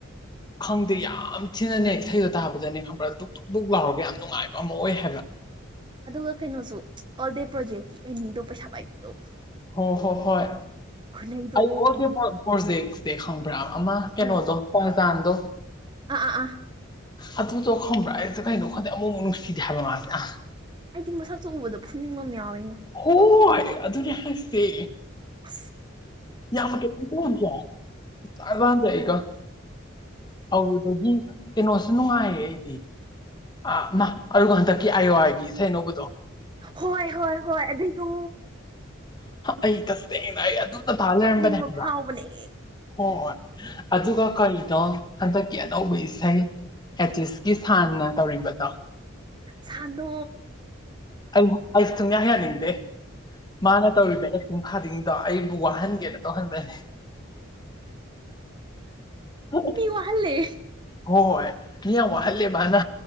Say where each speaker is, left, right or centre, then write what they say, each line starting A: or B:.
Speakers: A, on the left (about 20°); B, on the right (about 25°).
A: ꯈꯪꯗꯦ ꯌꯥꯝ ꯊꯤꯅꯅꯦ ꯏꯁꯩꯗꯣ ꯇꯥꯕꯗꯅꯦ ꯈꯪꯕ꯭ꯔꯥ ꯑꯗꯨ ꯛ ꯕꯨꯛ ꯂꯥꯎꯕ ꯌꯥꯝ ꯅꯨꯡꯉꯥꯏꯕ ꯑꯃ ꯑꯣꯏ ꯍꯥꯏꯕ
B: ꯑꯗꯨꯒ ꯀꯩꯅꯣꯁꯨ ꯑꯣꯜ ꯗꯦ ꯄ꯭ꯔꯣꯖꯦꯛꯀꯤ ꯑꯦꯅꯤꯗꯣ ꯄꯩꯁꯥ ꯄꯥꯏꯕꯤꯗꯣ
A: ꯍꯣ ꯍꯣ ꯍꯣꯏ
B: ꯈꯨꯅꯩꯗꯣ
A: ꯑꯩ ꯑꯣ ꯗ ꯄ꯭ꯔꯣꯖꯦꯛꯁꯦꯪ ꯭ꯔꯥ ꯑꯃ ꯀꯩꯅꯣꯗꯣ
B: ꯎꯝ
A: ꯄꯥ ꯆꯥꯟꯗꯣ
B: ꯑꯥ ꯑꯥ ꯑꯥ
A: ꯑ ꯇ ꯈ꯭ꯔ ꯑꯩ ꯀꯥꯏꯩꯅꯣꯈ ꯑꯃꯃꯛꯁꯤ ꯍꯥꯏꯦꯜꯂ ꯃꯥꯅ
B: ꯑꯩꯗꯤ ꯃꯁꯛꯇ ꯎꯕꯗꯣ ꯐꯨꯟꯅꯤꯡꯕ ꯑꯃ ꯌꯥꯎꯏꯤ
A: ꯍ ꯑꯗꯨꯅ ꯑꯁꯦ
B: ꯑ
A: ꯌꯥꯝꯦꯥꯕꯦꯒ ꯑꯗꯨꯗꯒꯤ ꯀꯩꯅꯣꯁꯨ ꯅꯨꯡꯉꯥꯏꯔꯦ ꯑꯩꯗꯤ ꯑ ꯃꯥ ꯑꯗꯨꯒ ꯍꯟꯗꯛꯀꯤ ꯑꯥꯏ ꯑꯣ ꯑꯥꯏꯒꯤ ꯏꯁꯩꯩꯅꯧꯕꯗꯣ
B: ꯍꯣꯏ ꯍꯣꯏ ꯍꯣꯏ ꯑꯗꯨꯕꯨ
A: ꯑꯩ ꯇꯁꯦꯡꯅ ꯑꯩ ꯑꯗꯨꯗ ꯇꯥ ꯂꯩꯔꯝꯕꯅꯦ
B: ꯀꯞꯅꯤꯡꯕ
A: ꯍꯥꯏꯕ꯭ꯔ
B: ꯐꯥꯎꯕꯅꯦ
A: ꯑꯣ ꯍꯣꯏ ꯑꯗꯨꯒ ꯀꯔꯤꯗꯣ ꯍꯟꯗꯛꯀꯤ ꯑꯅꯧꯕ ꯏꯁꯩ ꯑꯦꯇꯤꯁꯀꯤ ꯁꯥꯟꯅ ꯇꯧꯔꯤꯕꯗꯣ
B: ꯁꯥꯟꯗꯣ
A: ꯑꯩ ꯑꯩ ꯁꯨꯡꯌꯥ ꯌꯥꯅꯤꯡꯗꯦ ꯃꯥꯅ ꯇꯧꯔꯤꯕ ꯑꯦꯛꯛꯇꯨꯡ ꯐꯥꯗꯤꯡꯗꯣ ꯑꯩꯕꯨ ꯋꯥꯍꯟꯒꯦꯅ ꯇꯧꯍꯟꯕꯅꯦ ꯍ
B: ꯃꯤ ꯋꯥꯍꯜꯂꯦ
A: ꯍꯣꯏ ꯏꯌꯥ ꯋꯥꯜꯂꯦ ꯃꯥꯅ